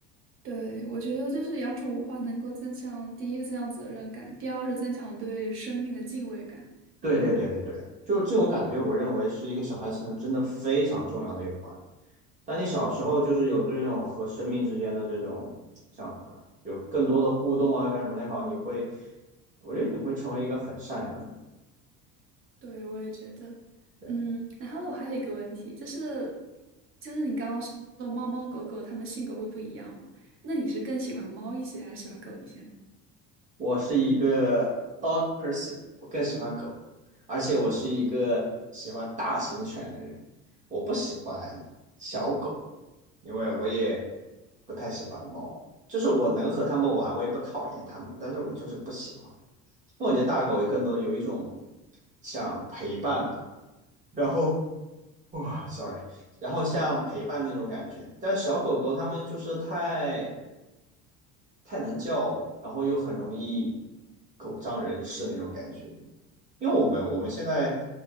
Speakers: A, on the right; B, on the right.
A: 对，我觉得就是养宠物的话，能够增强第一个增强责任感，第二是增强对生命的敬畏感。
B: 对对对对对，就是这种感觉，我认为是一个小孩成长真的非常重要的一环。那你小时候就是有这种和生命之间的这种像什么，有更多的互动啊，干什么的也好，你会，我觉得你会成为一个很善良的人。
A: 对，我也觉得。
B: 对，
A: 嗯，然后我还有一个问题，就是就是你刚刚说猫猫狗狗它们性格会不一样嘛？那你是更喜欢猫一些，还是喜欢狗一些呢？
B: 我是一个 dog person，我更喜欢狗，而且我是一个喜欢大型犬的人，我不喜欢小狗，因为我也不太喜欢猫。就是我能和它们玩，我也不讨厌它们，但是我就是不喜欢，因为我觉得大狗也更多有一种像陪伴吧。然后哇，sorry，然后像陪伴那种感觉，但是小狗狗它们就是太太能叫了，然后又很容易狗仗人势那种感觉。因为我们我们现在